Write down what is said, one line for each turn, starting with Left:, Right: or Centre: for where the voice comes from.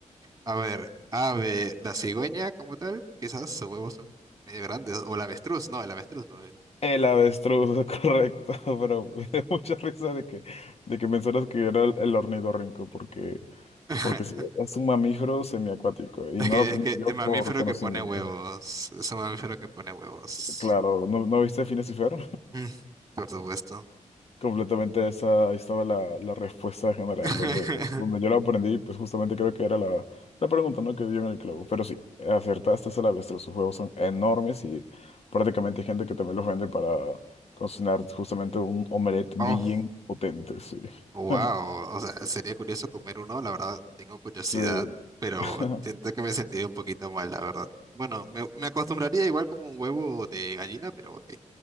Right: A ver, ave, la cigüeña como tal, quizás sus huevos son medio grandes. O el avestruz, no, el avestruz más bien.
Left: El avestruz, <laughs> correcto, pero me dio mucha risa de que, de que mencionas que era el, el ornitorrinco, porque,
Right: <laughs>
Left: porque sí, es un mamífero semiacuático y
Right: Es
Left: no
Right: que,
Left: lo aprendí
Right: es que
Left: yo
Right: el mamífero
Left: por conocimiento.
Right: que pone huevos. Es un mamífero que pone huevos.
Left: Claro, ¿no, no viste Phineas y Fer?
Right: Mm, por supuesto.
Left: Completamente esa, ahí estaba la, la respuesta general,
Right: <laughs>
Left: donde, donde yo la aprendí, pues justamente creo que era la, la pregunta, ¿no? que dio en el clavo. Pero sí, acertaste esa la bestia, sus juegos son enormes y prácticamente hay gente que también los vende para cocinar justamente un omelette bien
Right: Oh.
Left: potente, sí.
Right: Wow,
Left: <laughs>
Right: o sea, sería curioso comer uno, la verdad, tengo curiosidad,
Left: Sí.
Right: pero
Left: <laughs>
Right: siento que me sentiría un poquito mal, la verdad. Bueno, me, me acostumbraría igual como un huevo de gallina, pero ok.